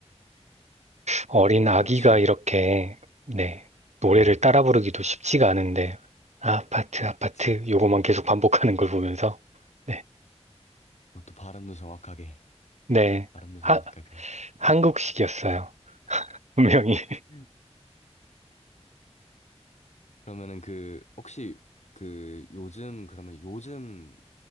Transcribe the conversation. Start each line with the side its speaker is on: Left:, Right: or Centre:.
Right: 어린
Left: 그럼
Right: 아기가
Left: 혹시,
Right: 이렇게 네, 노래를
Left: 네,
Right: 따라 부르기도 쉽지가 않은데 아파트 아파트
Left: 그쵸.
Right: 요거만 계속 반복하는 걸 보면서 네.
Left: 그것도 발음도 정확하게,
Right: 네.
Left: 발음도 정확하게.
Right: 하, 한국식이었어요. 분명히. <laughs>
Left: 음. 그러면은 그, 혹시 그 요즘, 그러면 요즘,